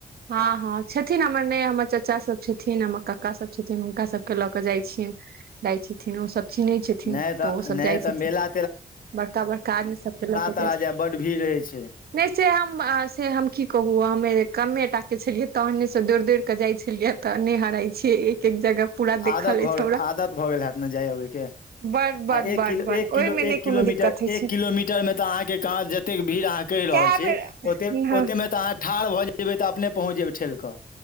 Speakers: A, on the right; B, on the left.
A: हँ हँ छथिन हमर ने हमर चाचा सभ छथिन हमर कक्का सभ छथिन हुनका सभके लऽ कऽ जाइ छियन दै छथिन ओसभ चिन्है छथिन
B: नहि
A: तऽ ओ
B: नहि
A: सभ जाइ
B: तऽ
A: छथिन
B: मेला
A: बड़का बड़का आदमी सबके लऽ क
B: ताजा बड भीड़‌ रहे छै
A: नहि से हम से हम की कहु हमे कमे टा के छलियै तहने से दौड़ दौड़ के जाइ छलियै तऽ नहि हराइ छियै एक एक जगह पूरा देखल
B: आदत भऽ
A: अछि
B: गेल
A: हमरा
B: आदत भऽ गेल हैत ने जाय अबैके
A: बड बड
B: आ एक
A: बड
B: किलो
A: बड
B: एक किलो
A: ओहिमे नहि
B: एक
A: कोनो
B: किलोमीटर
A: दिक्कत होइ
B: एक
A: छै
B: किलोमीटर मे तऽ अहाँके कहाँ जे ओत भीड़ अहाँ कहि रहल
A: कए
B: छीे
A: बेर
B: ओते मे त अहाँ ठाढ़ भए जेयबै तऽ अपने पहुँच जेबै ठेल कऽ